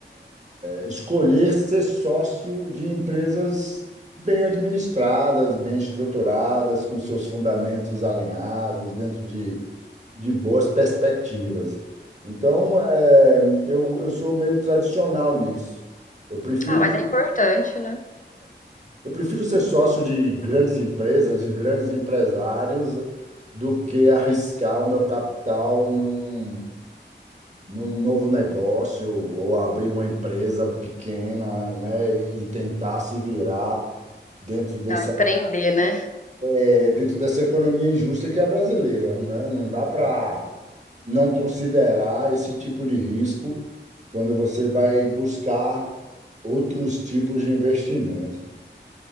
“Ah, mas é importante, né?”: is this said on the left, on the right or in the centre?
Left